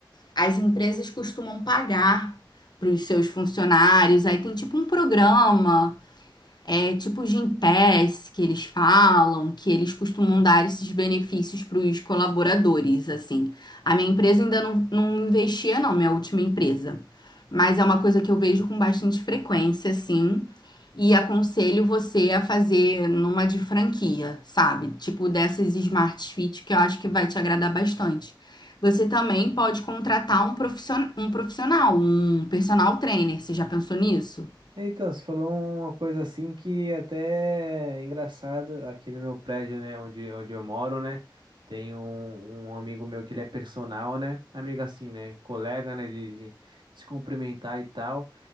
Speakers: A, on the left; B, on the right.
A: As empresas costumam pagar para os seus funcionários, aí tem tipo um programa, é tipo o Gympass que eles falam, que eles costumam dar esses benefícios para os colaboradores, assim. A minha empresa ainda não, não investia, não, minha última empresa. Mas é uma coisa que eu vejo com bastante frequência, assim. E aconselho você a fazer numa de franquia, sabe? Tipo dessas Smart Fit, que eu acho que vai te agradar bastante. Você também pode contratar um profissional, um profissional, um personal trainer. Você já pensou nisso?
B: Então, você falou uma coisa assim que até é engraçado aqui no meu prédio, né, onde, onde eu moro, né, tem um, um amigo meu que ele é personal, né, amigo assim, né, colega, né, de, de de se cumprimentar e tal.